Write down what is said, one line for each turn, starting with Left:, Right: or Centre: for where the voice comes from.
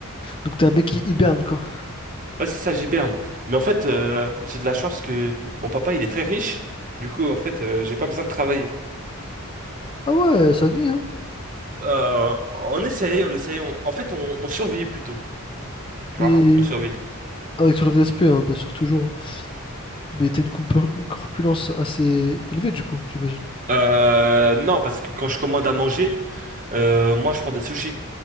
Left: donc t'as un mec qui hiberne, quoi.
Right: Ouais, c'est ça, j'hiberne. Mais en fait, euh, j'ai de la chance que mon papa, il est très riche. Du coup, en fait, euh, j'ai pas besoin de travailler.
Left: Ah ouais, ça vit, hein.
Right: Euh, on essaye, on essaye. on- En fait, on, on survit plutôt. Tu
Left: Mais
Right: vois, on survit.
Left: avec tout le respect, hein, bien sûr, toujours. hein. Mais t'as une compor- corpulence assez élevée, du coup, j'imagine.
Right: Euh, non, parce que quand je commande à manger, euh, moi je prends des sushis,